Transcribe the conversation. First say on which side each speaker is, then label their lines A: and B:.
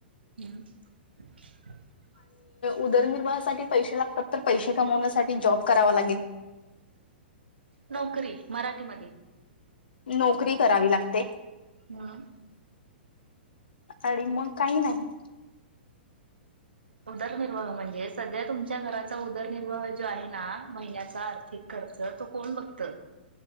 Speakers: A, on the right; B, on the left.
A: ਹਮ <unintelligible>
B: ਉਦਰਨਿਰਵਾਹਾ ਸਾ ਪੈਸੇ ਲਗ ਪੈਸੇ ਕਮ ਸਾ ਜ ਜੋਬ ਕਰਵਾ ਲਗੇ
A: ਨੌਕਰੀ ਮਰਾਠ ਮ
B: ਨੌਕਰੀ ਕਰਾ ਵੀ ਲਗਤੇ
A: ਹਮ
B: ਅ ਮਗ ਕਈ ਨਹੀਂ
A: ਉਦਰਨਿਰਵਾਹੇ ਸਧ ਤੁਮ ਘਰ ਚ ਉਦਰਨਿਰਵਾਹ ਜੋ ਹੈ ਨਾ ਮਹੀਨਿਆਂ ਚ ਆਰਥਿਕ ਕਰ ਸਰ ਤੂੰ ਕੋਣ ਬਗਤ